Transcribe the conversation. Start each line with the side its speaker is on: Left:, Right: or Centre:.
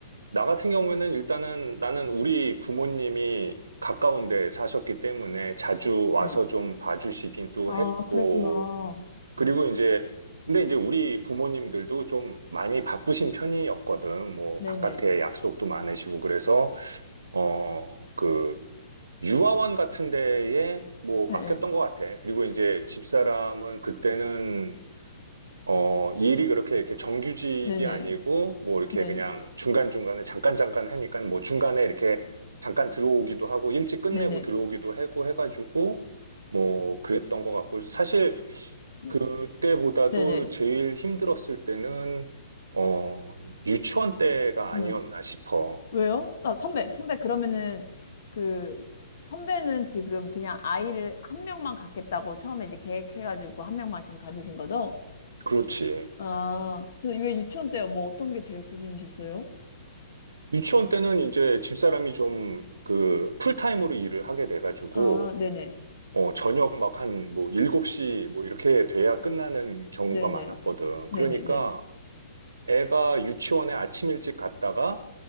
Right: 나 같은 경우에는 일단은 나는 우리 부모님이 가까운 데 사셨기 때문에 자주 와서
Left: 네.
Right: 좀 봐주시기도
Left: 아,
Right: 했고
Left: 그랬구나.
Right: 그리고 이제, 근데 이제 우리 부모님들도 좀 많이 바쁘신 편이었거든. 뭐,
Left: 네네.
Right: 바깥에 약속도 많으시고, 그래서, 어, 그, 유아원 같은 데에 뭐,
Left: 네,
Right: 맡겼던
Left: 네.
Right: 것 같아. 그리고 이제 집사람은 그때는, 어, 일이 그렇게 이렇게 정규직이
Left: 네네.
Right: 아니고,
Left: 네네.
Right: 뭐, 이렇게 그냥
Left: 네.
Right: 중간중간에 잠깐잠깐 하니까, 뭐, 중간에 이렇게 잠깐 들어오기도 하고, 일찍 끝내고
Left: 네네.
Right: 들어오기도 하고 해가지고, 뭐, 그랬던 것 같고, 사실,
Left: 음,
Right: 그때보다도
Left: 네네.
Right: 제일 힘들었을 때는, 어, 유치원 때가 아니었나
Left: 네.
Right: 싶어.
Left: 왜요? 아, 선배, 선배, 그러면은 그 선배는 지금 그냥 아이를 한 명만 갖겠다고 처음에 이제 계획해가지고 한 명만 지금 가지신 거죠?
Right: 그렇지.
Left: 아, 그래서 왜 유치원 때요? 뭐 어떤 게 제일 고민이셨어요?
Right: 유치원 때는 이제 집사람이 좀 그 풀타임으로 일을 하게 돼가지고,
Left: 아, 네네.
Right: 어, 저녁 막 한 뭐 7시 뭐 이렇게 돼야 끝나는 경우가
Left: 네네.
Right: 많았거든.
Left: 네네네.
Right: 그러니까 애가 유치원에 아침 일찍 갔다가